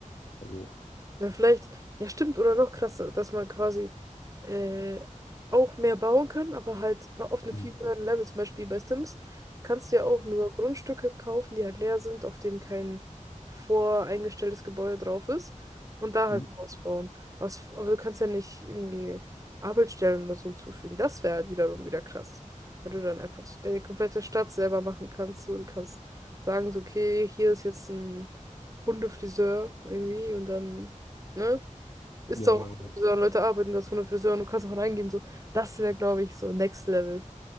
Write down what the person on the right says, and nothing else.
Dann vielleicht, ja stimmt, oder noch krasser, dass man quasi äh, auch mehr bauen kann, aber halt noch auf einem
viel höheren Level, zum Beispiel bei Sims, kannst du ja auch nur Grundstücke kaufen, die halt leer sind, auf dem kein voreingestelltes Gebäude drauf ist und da
halt ein Haus bauen. Was, aber du kannst ja nicht irgendwie Arbeitsstellen oder so hinzufügen. Das wäre halt wiederum wieder krass, wenn du dann einfach so deine komplette Stadt selber machen kannst. So, du kannst sagen, so, okay, hier ist jetzt ein Hundefriseur irgendwie und dann. Ne? Ist
doch
Friseur, Leute arbeiten da ohne Friseur und du kannst auch reingehen. So. Das wäre, glaube ich, so Next Level.